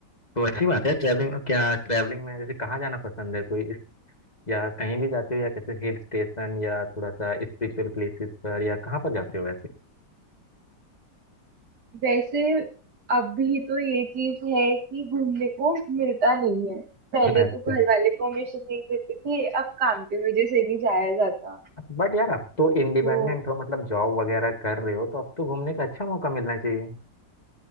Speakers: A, on the left (about 25°); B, on the right (about 70°).
A: तो अच्छी बात है ट्रैवलिंग क्या ट्रैवलिंग में जैसे कहाँ जाना पसंद है कोई इस- या कहीं भी जाते हो या कैसे हिल स्टेशन या थोड़ा सा स्पिरिचुअल प्लेसेस पर या कहाँ पर जाते हो वैसे
B: वैसे अभी तो ये चीज है कि घूमने को मिलता नहीं है पहले
A: अच्छा
B: तो घर वाले परमिशन नहीं देते थे अब काम की वजह से नहीं जाया जाता
A: बट यार अब तो इंडिपेंडेंट
B: तो
A: हो मतलब जॉब वगैरह कर रहे हो तो अब तो घूमने का अच्छा मौका मिलना चाहिए